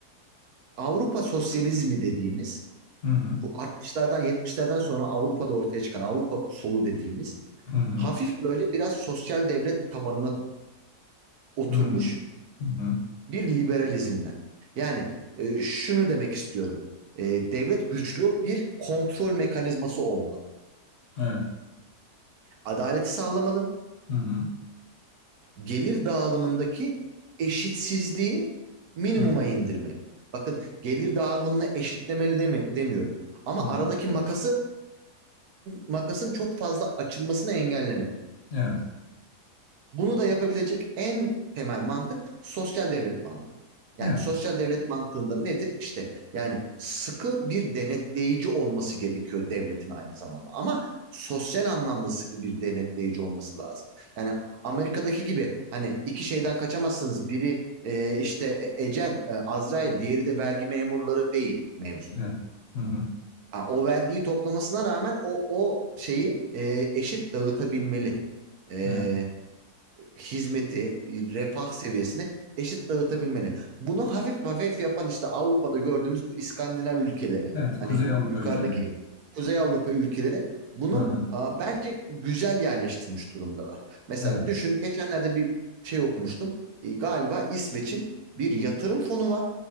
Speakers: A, on the right; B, on the left.
A: Avrupa sosyalizmi dediğimiz
B: Hı hı.
A: bu 60'lardan 70'lerden sonra Avrupa'da ortaya çıkan Avrupa solu dediğimiz
B: Hı hı.
A: hafif böyle biraz sosyal devlet tabanına oturmuş
B: Hı hı. Hı hı.
A: bir liberalizmden. Yani e, şunu demek istiyorum. E, devlet güçlü bir kontrol mekanizması olmalı.
B: Evet.
A: Adaleti sağlamalı
B: Hı hı.
A: gelir dağılımındaki eşitsizliği minimuma
B: Hı hı.
A: indirmeli. Bakın gelir dağılımını eşitlemeli demi demiyorum. Ama
B: Hı hı.
A: aradaki makası makasın çok fazla açılmasını engellemeli.
B: Evet.
A: Bunu da yapabilecek en temel mantık sosyal devlet mantığı. Yani
B: Evet.
A: sosyal devlet mantığında nedir? İşte yani sıkı bir denetleyici olması gerekiyor devletin aynı zamanda. Ama sosyal anlamda sıkı bir denetleyici olması lazım. Yani Amerika'daki gibi hani iki şeyden kaçamazsınız. Biri e, işte e, ecel, e, Azrail, diğeri de vergi memurları değil mevzu.
B: Evet. Hı hı.
A: Ha, o vergiyi toplamasına rağmen o o şeyi e, eşit dağıtabilmeli. E,
B: Evet.
A: hizmeti, refah seviyesini eşit dağıtabilmeli. Bunu hafif hafif yapan işte Avrupa'da gördüğümüz bu İskandinav ülkeleri,
B: Evet. Kuzey
A: hani
B: Avrupa
A: yukarıdaki
B: ülkeleri.
A: Kuzey Avrupa ülkeleri bunu
B: Hı hı.
A: a, bence güzel yerleştirmiş durumdalar. Mesela
B: Evet.
A: düşün geçenlerde bir şey okumuştum. E, galiba İsveç'in bir yatırım fonu var.